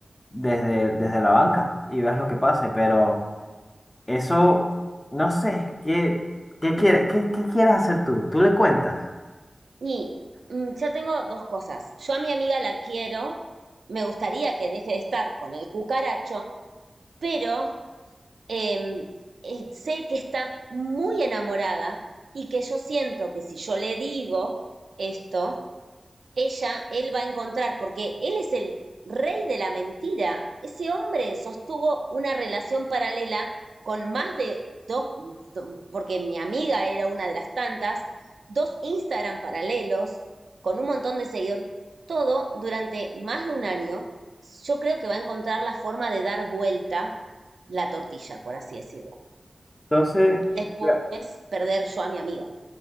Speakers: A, on the left (about 30°); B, on the right (about 85°).
A: desde, desde la banca y veas lo que pase, pero eso, no sé, ¿qué, qué, quiere- qué, qué quieres hacer tú? Tú le cuentas.
B: Y mm, yo tengo dos cosas. Yo a mi amiga la quiero, me gustaría que deje de estar con el cucaracho, pero eh, eh, sé que está muy enamorada y que yo siento que si yo le digo esto, ella, él va a encontrar, porque él es el rey de la mentira. Ese hombre sostuvo una relación paralela con más de dos, porque mi amiga era una de las tantas, dos Instagram paralelos, con un montón de seguidores, todo durante más de un año. Yo creo que va a encontrar la forma de dar vuelta la tortilla, por así decirlo.
A: Entonces,
B: Y después
A: Claro.
B: perder yo a mi amiga.